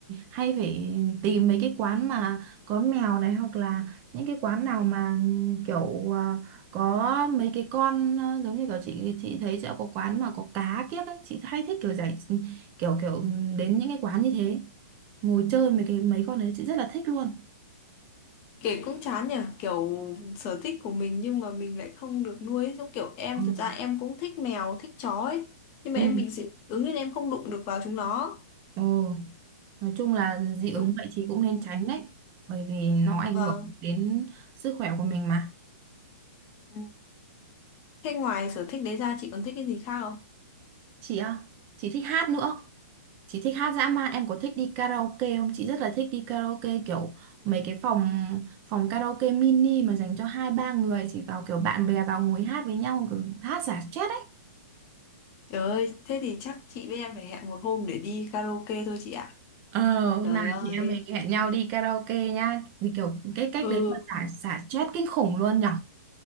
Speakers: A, on the right; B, on the left.
A: hay phải tìm mấy cái quán mà có mèo này Hoặc là những cái quán nào mà ừm, kiểu à, có mấy cái con à, Giống như kiểu chị chị thấy sẽ có quán mà có cá kiếc ấy Chị hay thích kiểu giải kiểu kiểu ừm, đến những cái quán như thế Ngồi chơi mấy cái mấy con đấy chị rất là thích luôn
B: Kể cũng chán nhỉ, kiểu sở thích của mình nhưng mà mình lại không được nuôi ấy. Giống kiểu em
A: Ừ.
B: thật ra em cũng thích mèo, thích chó ấy. Nhưng mà
A: Ừ.
B: em bị dị ứng nên em không đụng được vào chúng nó.
A: Ừ. Nói chung là dị ứng
B: Kiểu
A: vậy thì cũng nên
B: Ừ.
A: tránh đấy, bởi vì nó ảnh
B: vâng.
A: hưởng đến sức khỏe của mình mà.
B: ừ. Thế ngoài sở thích đấy ra chị còn thích cái gì khác không?
A: Chị á, chị thích hát nữa. Chị thích hát dã man, em có thích đi karaoke không? Chị rất là thích đi karaoke kiểu mấy cái phòng phòng karaoke mini mà dành cho hai ba người, chị vào kiểu bạn bè vào ngồi hát với nhau kiểu hát xả stress ấy.
B: Trời ơi, thế thì chắc chị với em phải hẹn một hôm để đi karaoke thôi chị ạ.
A: Ờ, hôm
B: Trời
A: nào
B: ơi.
A: chị em mình hẹn nhau đi karaoke nhá. Thì kiểu cái cách
B: Ừ,
A: đấy mà xả xả stress kinh khủng luôn nhở.